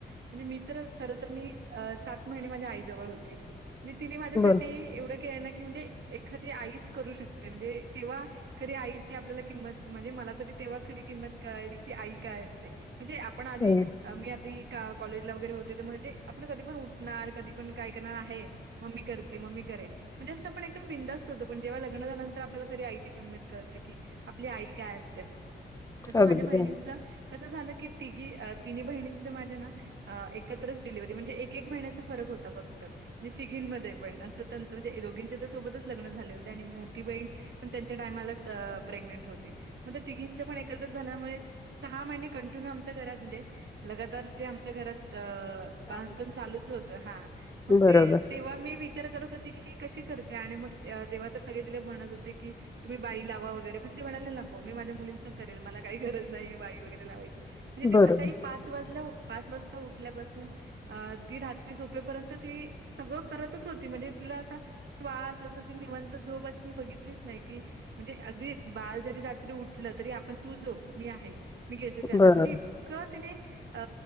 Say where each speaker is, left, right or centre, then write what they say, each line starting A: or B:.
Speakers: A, on the right; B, on the left.
A: म्हणजे मी तर खर तर मी सात महिने माझ्या आई जवळ होती. म्हणजे तिने माझ्यासाठी
B: बरं.
A: एवढं केलंय ना की म्हणजे. एखादी आईच करू शकते, म्हणजे तेव्हा खरी आई ची आपल्याला किंमत म्हणजे मला तरी तेव्हा खरी किंमत कळाली की आई काय असते. म्हणजे आपण आधी.
B: हं.
A: अ मी आधी कॉलेजला होते तर म्हणजे, आपण कधी पण उठणार कधी पण काय करणार आहे. मम्मी करते, मम्मी करेल. म्हणजे असं आपण एकदम बिंदास्त होतो. पण जेव्हा लग्न झाले नंतर आपल्याला खरी आईची किंमत कळते की. आपली आई काय असते. तसं
B: अगदी,
A: माझ्या बहिणींच.
B: अगदी.
A: कसं झालं की तिघी तिन् बहिणींचं माझ्या ना. अ एकत्रच डिलिव्हरी म्हणजे, एक एक महिन्याचा फरक होता फक्तं. म्हणजे तिघींमध्ये पण असं म्हणजे दोघींचे तर सोबतच लग्नं झाले होते आणि मोठी बहीण. पण त्यांच्या टायमालाच च प्रेग्नेंट होती. मग तिघीच पण एकत्र झाल्यामुळे सहा महिने कंटिन्यू आमच्या घरात म्हणजे. लगातार ते आमच्या घरात अ... बाळंतपण चालूच होतं, हा मग
B: बरोबर,
A: ते तेव्हा मी वि विचार करत होते की हे कशी करते आणि मग तेव्हा तर सगळे तिला म्हणत होते की तुम्ही बाई लावा वगैरे. पण ते म्हणाले नको मी माझ्या मुलींच करेल. मला काही गरज नाही बाई वगैरे लावायची, म्हणजे
B: बरोबर,
A: ते सकाळी पाच. तू वाजल्या पाच वाजता उठल्यापासून अ ती रात्री झोपेपर्यंत ती, सगळं करतच होती म्हणजे तिला असा. श्वास अस ती निवंत झोपस अशी मी, बघितलीच नाही की म्हणजे अगदी. बाल जरी रात्री उठलं, तरी आपण तू झोप मी आहे मी घेते त्याला
B: बरोबर,
A: म्हणजे का तिने अ